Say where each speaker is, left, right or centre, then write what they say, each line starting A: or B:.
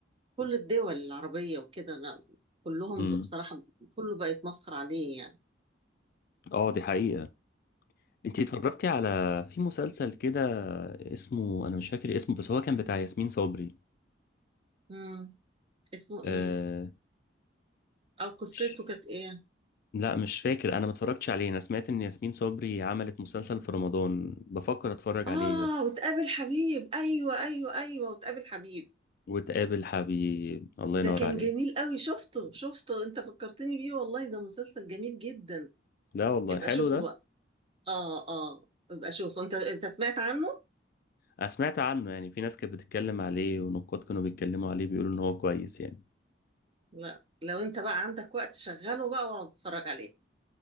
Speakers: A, on the right; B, on the left.
A: كل الدول العربية وكده لا كلهم
B: امم
A: بصراحة كله بقى يتمسخر عليه يعني
B: اه دي حقيقة انتي اتفرجتي على في مسلسل كده اسمه انا مش فاكر اسمه بس هو كان بتاع ياسمين صبري
A: امم اسمه
B: آه...
A: ايه او قصته
B: مش...
A: كانت ايه
B: لا مش فاكر انا ما اتفرجتش عليه انا سمعت ان ياسمين صبري عملت مسلسل في رمضان بفكر اتفرج
A: اه
B: عليه بس
A: وتقابل حبيب ايوه ايوه ايوه وتقابل حبيب
B: وتقابل حبيب الله
A: ده
B: ينور
A: كان
B: عليك
A: جميل قوي شفته شفته انت فكرتني بيه والله ده مسلسل جميل جدا
B: لا والله
A: ابقى
B: حلو
A: شوفه
B: ده
A: بقى اه اه ابقى شوفه انت انت سمعت عنه
B: انا سمعت عنه يعني في ناس كانت بتتكلم عليه ونقاد كانوا بيتكلموا عليه بيقولوا ان هو كويس يعني
A: لا لو انت بقى عندك وقت شغله بقى واقعد اتفرج عليه